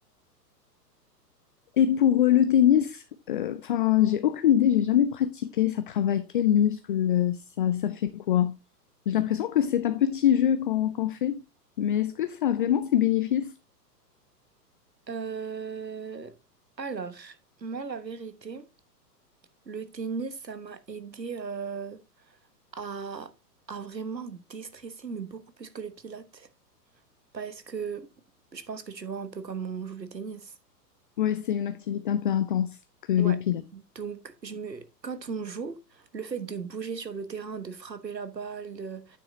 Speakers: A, on the left; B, on the right.
A: Et pour euh, le tennis, euh, enfin, j'ai aucune idée, j'ai jamais pratiqué. Ça travaille quel muscle, euh, ça, ça fait quoi? J'ai l'impression que c'est un petit jeu qu'on qu'on fait, mais est-ce que ça a vraiment ses bénéfices?
B: Euh, Alors, moi, la vérité. Le tennis, ça m'a aidé euh, à, à vraiment déstresser, mais beaucoup plus que le pilates. Parce que je pense que tu vois un peu comme on joue le tennis.
A: Ouais, c'est une activité un peu intense que les
B: Ouais.
A: pilates.
B: Donc, je me... quand on joue, le fait de bouger sur le terrain, de frapper la balle, de-